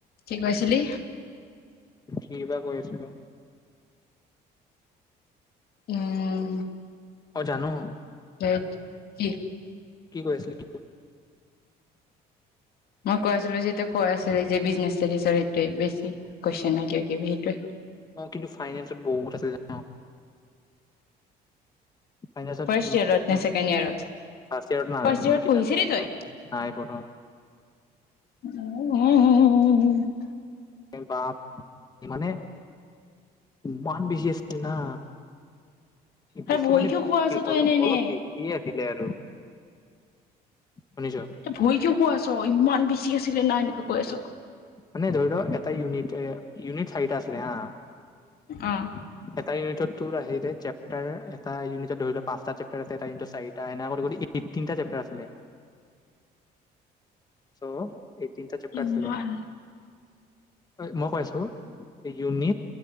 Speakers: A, on the left; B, on the left.
A: কি কৈছিলি?
B: কি বা কৈ আছিলো?
A: উম।
B: অ', জানো?
A: বত কি?
B: কি কৰি আছিল?
A: মই কৈ আছিলো যে, কৈ আছিলে যে বিজনে <unintelligible> বেছি ক কিব কিবি সেইটোৱে।
B: অ', কিন্তু ফাইনেন্সত বহুত আচে জনৌ? ফাইত
A: ফাৰ্ষ্ট ইয়েৰত নে ছেকেণ্ড
B: <unintelligible>
A: ইয়েৰত
B: ফাৰ্ষ ইয়ৰত নাজানো
A: ফাৰ্ষ্ট ইয়েৰত
B: মই কিতাপ
A: পঢ়িছিলি তই
B: নাই পঢ়ো।
A: উম উ <unintelligible>
B: বাপ মানে, ইমান বেছি আছিল না? বেছি
A: আৰু ভৰি
B: মানে
A: কিয় শুৱাই আছ তই
B: অলপ
A: এনে এনে
B: অলপ বেছিয়ে আছিলে আৰু। শুনিছ
A: এ ভয় কিয় খুৱাই আছ' <unintelligible> চ ইমান বেছি আছিলে নাই এনেকা কৈ আছ।
B: মানে ধৰীলঃ, এটা উনিতেৰে, ইউনিট চাৰিটা আছিল সা
A: অহ
B: ইউনিটত তেওঁৰ আহিলে চেপ্টাৰ এটা ইউনিটত ধৰিলঃ পাঁচটা চেপ্টাৰ আছে, এটা ইউনিটত চাৰিটা হেনেকা কৰী-কৰী এইটিন তা চেপ্টাৰ আছিলে চ' এইটতিন চ চেপ্টাৰ
A: ইমান
B: আছিলে। মই কৈছো, ইউনিট